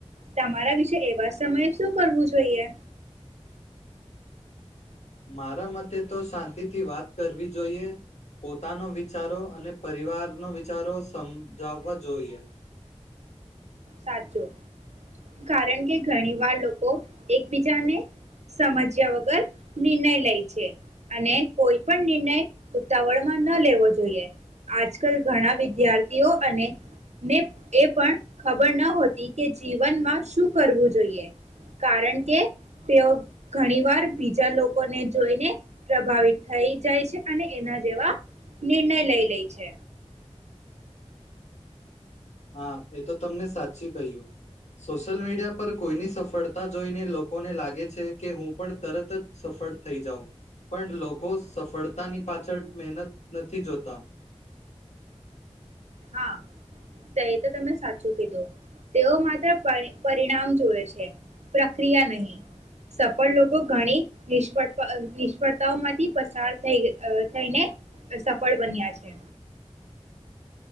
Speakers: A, on the right; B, on the left.
A: તમારા વિશે એવા સમયે શું કરવું જોઈએ?
B: મારા મતે તો શાંતિથી વાત કરવી જોઈએ, પોતાનો વિચારો અને પરિવારનો વિચારો સમજાવવા જોઈએ.
A: સાચું, કારણ કે ઘણી વાર લોકો એકબીજાને સમજ્યા વગર નિર્ણય લે છે, અને કોઈ પણ નિર્ણય ઉતાવળમાં ન લેવો જોઈએ, આજકાલ ઘણા વિદ્યાર્થીઓ અને ને એ પણ ખબર ન હોતી કે જીવનમાં શું કરવું જોઈએ, કારણ કે તેઓ ઘણી વાર બીજા લોકોને જોઈને પ્રભાવિત થઈ જાય છે અને એના જેવા નિર્ણય લઈ લે છે.
B: હા એ તો તમને સાચી કહ્યું, સોશિયલ મીડિયા પર કોઈની સફળતા જોઈને લોકોને લાગે છે કે હું પણ તરત જ સફળ થઈ જાઉં, પણ લોકો સફળતાની પાછળ મહેનત નથી જોતા.
A: હા, તે એ તો તમે સાચું કીધું, તેઓ માત્ર પરિણામ જોવે છે, પ્રક્રિયા નહી, સફળ લોકો ઘણી નિષ્ફળ નિષ્ફળતાઓ માંથી પસાર થઈ થઈને સફળ બન્યા છે.